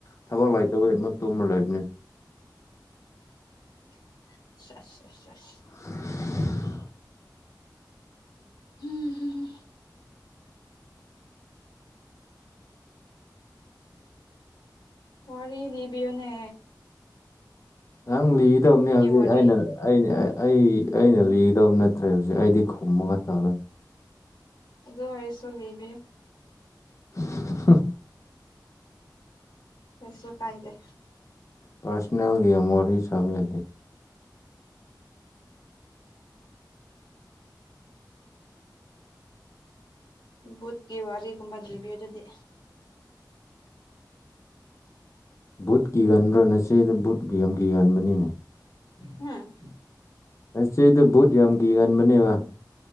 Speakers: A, on the left (about 40°); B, on the left (about 75°).
A: ꯊꯕꯛ ꯂꯥꯏꯇꯧꯅ ꯇꯣꯕ ꯂꯩꯕꯅꯦ
B: <inaudible>
A: <inaudible>
B: ꯎꯝꯝ <inaudible> ꯋꯥꯔꯤ ꯂꯤꯕꯤꯌꯣꯅꯦ
A: ꯅꯪ ꯂꯤꯒꯗꯕꯅꯦ ꯍꯧꯖꯤꯛ
B: ꯋꯥꯔꯤ
A: ꯑꯩꯅ ꯑ ꯑꯩ ꯑꯩꯅ ꯂꯤꯒꯗꯕ ꯅꯠꯇ꯭ꯔꯦ ꯍꯧꯖꯤꯛ ꯑꯩꯗꯤ ꯈꯨꯝꯃꯒ ꯇꯧꯂꯅꯤ
B: ꯑꯗꯣ ꯑꯣꯏꯁꯨꯣ ꯂꯩꯕꯤ
A: ꯑ
B: ꯄꯩꯁ ꯀꯥꯏꯗꯦ
A: ꯄꯔꯁꯣꯅꯦꯜꯒꯦꯃꯔꯔꯤ ꯁꯗ
B: ꯕꯨꯠ ꯒꯤ ꯋꯥꯔꯤꯔꯤ ꯀꯨꯝꯕ ꯗꯤꯕꯤꯌ ꯑꯗꯨꯗꯤ
A: ꯕꯨꯠ ꯀꯤꯒꯟꯕ꯭ꯔꯥꯅ ꯁꯤ ꯕꯨꯠ ꯌꯥꯝ ꯀꯤꯒꯟꯕꯅꯤ
B: ꯎꯝ
A: ꯍꯤꯁꯇꯗ ꯕꯨꯠ ꯌꯥꯝ ꯀꯤ ꯀꯥꯟꯕꯅꯦꯕ